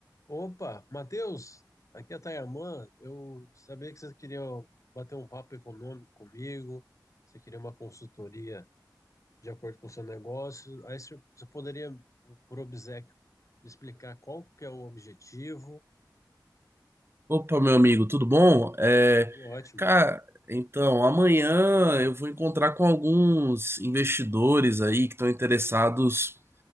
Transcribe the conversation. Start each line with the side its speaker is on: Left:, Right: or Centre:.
Left: Opa, Matheus, aqui é a Tayamã. Eu sabia que você queria bater um papo econômico comigo, você queria uma consultoria de acordo com o seu negócio. Aí você você poderia, por por obséquio, me explicar qual que é o objetivo.
Right: Opa, meu amigo, tudo bom? É,
Left: Tudo ótimo.
Right: cara, então, amanhã eu vou encontrar com alguns investidores aí que estão interessados